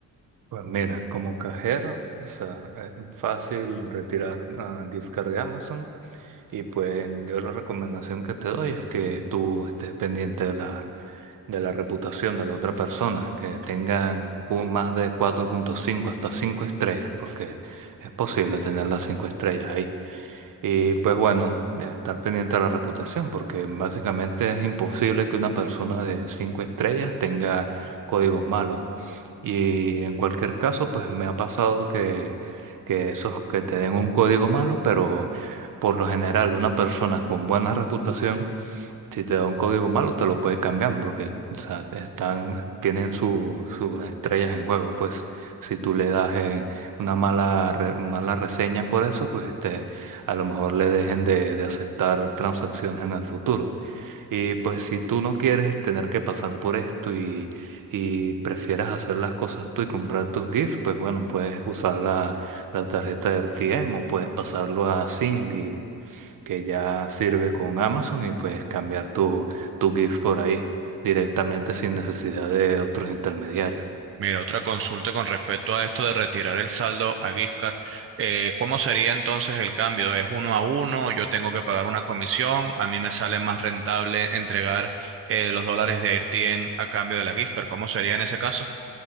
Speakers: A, on the right (about 70°); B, on the right (about 40°).
A: Pues mira, como cajero, o sea, es fácil retirar ah, gift card de Amazon y pues yo la recomendación que te doy es que tú estés pendiente de la, de la reputación de la otra persona, que tengan cu- más de 4.5 hasta 5 estrellas, porque es posible tener las 5 estrellas ahí. Y pues bueno, de estar pendiente de la reputación, porque básicamente es imposible que una persona de cinco estrellas tenga códigos malos. Y en cualquier caso, pues me ha pasado que, que esos que te den un código malo, pero por lo general una persona con buena reputación si te da un código malo, te lo puede cambiar porque, o sea, están, tienen su- sus estrellas en juego. Pues si tú le das eh, una mala, re- mala reseña por eso, pues te, a lo mejor le dejen de, de aceptar transacciones en el futuro. Y pues si tú no quieres tener que pasar por esto y, y prefieres hacer las cosas tú y comprar tus GIFs, pues bueno, puedes usar la, la tarjeta de RTM o puedes pasarlo a Zinli que ya sirve con Amazon y pues cambiar tu, tu GIF por ahí directamente sin necesidad de otros intermediarios.
B: Mira, otra consulta con respecto a esto de retirar el saldo a gift card. Eh, ¿cómo sería entonces el cambio? ¿Es uno a uno? ¿Yo tengo que pagar una comisión? ¿A mí me sale más rentable entregar eh, los dólares de RTM a cambio de la gift card? ¿Cómo sería en ese caso?